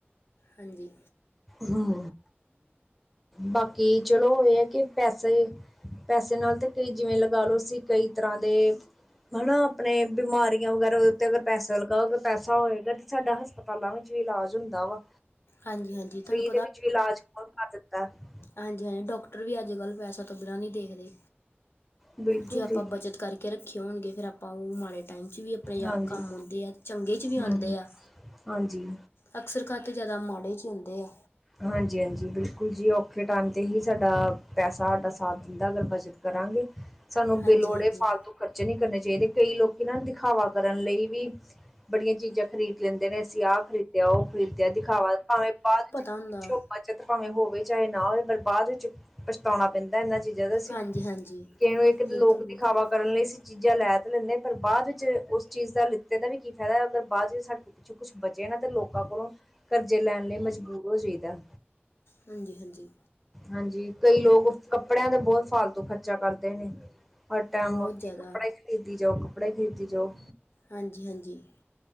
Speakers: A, on the left; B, in the centre.
A: ਹਾਂਜੀ
B: ਹਮ ਬਾਕੀ ਚਲੋ ਇਹ ਹੈ ਕਿ ਪੈਸੇ ਪੈਸੇ ਨਾਲ ਤੇ ਕਈ ਜਿਵੇਂ ਲਗਾਾਲਓ ਸੀ ਕਈ ਤਰ੍ਹਾਂ ਦੇ ਹਨਾ ਆਪਣੇ ਬਿਮਾਰੀਆਂ ਵਗੈਰਾ ਉਹਦੇ ਉੱਤੇ ਅਗਰ ਪੈਸਾ ਲਗਾਓ ਅ ਪੈਸਾ ਹੋਏਗਾ ਤੇ ਸਾਡਾ ਹਸਪਤਾਲ ਹਤਾਲਾਂ ਵਿੱਚ ਵੀ ਇਲਾਜ ਹੁੰਦਾ ਵਾ
A: ਹਾਂਜੀ -ਹਾਂਜੀ ਤਾਨੂੰ
B: ਇਹਦੇ ਵਿੱਚ ਇਲਾਜ ਕੌਣ ਕਰ ਦਿੱਤਾ <unintelligible>
A: ਹਾਂਜੀ- ਹਾਂਜੀ ਡਾਕਟਰ ਵੀ ਅੱਜ ਕੱਲ੍ਹ ਪੈਸਾ ਤੋਂ ਬਿਨਾਂ ਨਹੀਂ ਦੇਖਦੇ
B: ਬਿਲਕੁਲ
A: ਜੇ ਆਪਾਂ
B: ਜੀ
A: ਬੱਚਤ ਕਰਕੇ ਰੱਖੇ ਹੋਣਗੇ ਫਿਰ ਆਪਾਂ ਉਹ ਮਾੜੇ ਟਾਈਮ 'ਚ ਵੀ ਆਪਣੇ
B: ਹਾਂਜੀ
A: ਕੰਮ ਆਉਂਦੇ ਆ ਚੰਗੇ 'ਚ ਵੀ ਆਉਂਦੇ
B: ਹੂੰ ਹੂੰ
A: ਆ
B: ਹਾਂਜੀ
A: ਅਕਸਰ ਘਟ ਜ਼ਿਆਦਾ ਮਾੜੇ 'ਚ ਹੀ ਹੁੰਦੇ ਆ।
B: ਹਾਂਜੀ -ਹਾਂਜੀ, ਬਿਲਕੁਲ ਜੀ ਔਖੇ ਟਾਈਮ 'ਤੇ ਹੀ ਸਾਡਾ ਪੈਸਾ ਹਾਡਾ ਸਾਥ ਦਿੰਦਾ ਅਗਰ ਬਚਤ ਕਰਾਂਗੇ। ਸਾਨੂੰ
A: ਹਾਂਜੀ
B: ਬੇਲੋੜੇ
A: ਹਾਂਜੀ
B: ਫਾਲਤੂ ਖਰਚੇ ਨਹੀਂ ਕਰਨੇ ਚਾਹੀਦੇ। ਕਈ ਲੋਕ ਨਾ ਦਿਖਾਵਾ ਕਰਨ ਲਈ ਵੀ ਬੜੀਆਂ ਚੀਜ਼ਾਂ ਖਰੀਦ ਲੈਂਦੇ ਨੇ, ਅਸੀਂ ਆਹ ਖਰੀਦਿਆ ਉਹ ਖਰੀਦਿਆ ਦਿਖਾਵਾ ਭਾਵੇਂ ਬਾਅਦ ਵਿੱਚ
A: ਅੰਧਾ
B: ਪਿੱਛੋਂ
A: <unintelligible>
B: ਬੱਚਤ ਭਾਵੇਂ ਹੋਵੇ ਚਾਹੇ ਨਾ ਹੋਵੇ, ਪਰ ਬਾਅਦ ਵਿੱਚ ਕਾਉਣਾ ਪੈਂਦਾ <unintelligible> ਇਹਨਾਂ ਚੀਜ਼ਾਂ ਦਾ ਅਸੀ
A: ਹਾਂਜੀ ਹਾਂਜੀ
B: ਕਿਨੂੰ ਇੱਕ
A: ਬਿਲਕੁਲ
B: ਲੋਕ
A: ਬਿਲਕੁਲ
B: ਦਿਖਾਵਾ ਪੱਲੇ ਅਸੀਂ ਚੀਜਾ ਲੈ ਤ ਲੈਦੇ ਆ ਪਰ ਬਾਅਦ ਵਿੱਚ ਉਸ ਚੀਜ਼ ਦਾ ਲਿਖ ਦੇਣਾ ਵੀ ਕੀ ਫਾਇਦਾ ਕੀ ਉਹ ਜੇ ਕੁਝ ਬਚਿਆ ਹੈ ਤੇ, ਲੋਕਾਂ ਕੋਲੋਂ ਕਰਜ਼ੇ ਲੈਣ ਲਈ ਮਜਬੂਰ ਹੋ ਜਾਈਦਾ।
A: ਹਾਂਜੀ-ਹਾਂਜੀ!
B: ਹਾਂਜੀ, ਕਈ ਲੋਕ ਕੱਪੜਿਆਂ ਤੇ ਬਹੁਤ ਫਾਲਤੂ ਖ਼ਰਚਾ ਕਰਦੇ ਨੇ। ਹਰ ਟਾਈਮ
A: ਬਹੁਤ
B: ਕੱਪੜਾ
A: ਜ਼ਿਆਦਾ
B: ਹੀ, ਖਰੀਦੀ ਜਾਓ ਕੱਪੜੇ ਖਰੀਦੀ ਜਾਓ।
A: ਹਾਂਜੀ- ਹਾਂਜੀ,